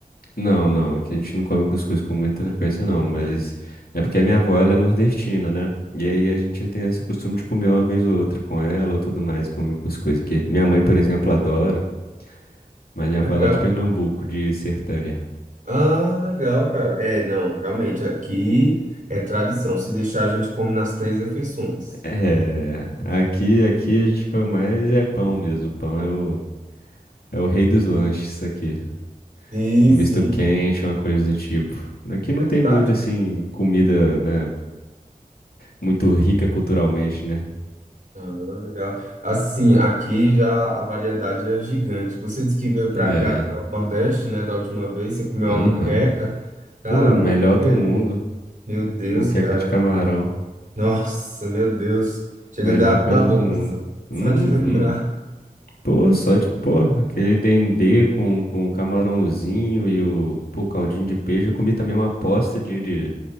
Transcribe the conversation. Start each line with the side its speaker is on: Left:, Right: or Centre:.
Left: Não, não, aqui a gente não come cuscuz com muita frequência, não, mas é porque a minha avó, ela é nordestina, né? E aí a gente tem esse costume de comer uma vez ou outra com ela ou tudo mais, come um cuscuz aqui. Minha mãe, por exemplo, adora, mas minha
Right: Legal.
Left: avó é lá de Pernambuco, de Sertânia.
Right: Ah, legal, cara. É, não, realmente, aqui é tradição. Se deixar, a gente come nas três refeições.
Left: É, aqui, aqui a gente come mais é pão mesmo, pão é o, é o rei dos lanches aqui.
Right: Sim,
Left: Um
Right: sim.
Left: misto quente, uma coisa do tipo. Aqui não tem
Right: Prático.
Left: muito, assim, comida, né? Muito rica culturalmente, né?
Right: Ah, legal. Assim, aqui já a variedade é gigante. Você disse que veio para
Left: É.
Right: cá, para o Nordeste, né, da última vez, você comeu
Left: Aham.
Right: uma moqueca. Cara,
Left: Pô,
Right: a
Left: melhor
Right: moqueca,
Left: do mundo.
Right: meu Deus,
Left: Moqueca
Right: cara.
Left: de camarão.
Right: Nossa, meu Deus. Chega
Left: Melhor
Right: a dar
Left: coisa
Right: água na boca
Left: do mundo.
Right: só,
Left: Uhum.
Right: só de lembrar.
Left: Pô, só de, pô, aquele dendê com, com o camarãozinho e o, pô, caldinho de peixe. Eu comi também uma posta de, de,